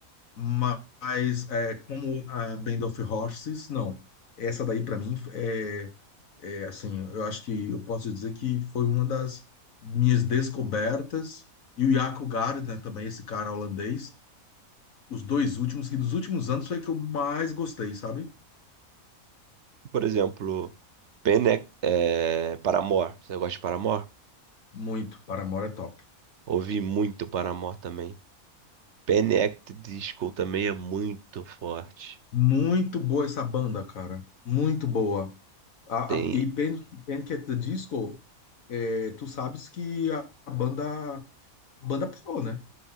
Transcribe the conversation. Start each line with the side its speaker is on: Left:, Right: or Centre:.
Left: Mas é, como a Band of Horses, não. Essa daí, pra mim, é é, assim, eu acho que eu posso dizer que foi uma das minhas descobertas. E o Jaco Gard, né, também esse cara holandês, os dois últimos, que dos últimos anos foi que eu mais gostei, sabe?
Right: Por exemplo, Pene... é, Paramore. Você gosta de Paramore?
Left: Muito, Paramore é top.
Right: Ouvi muito Paramore também. Panic! Disco também é muito forte.
Left: Muito boa essa banda, cara. Muito boa. A,
Right: Tem.
Left: a, e Pan- Panic at the Disco, é, tu sabes que a, a banda, a banda parou, né?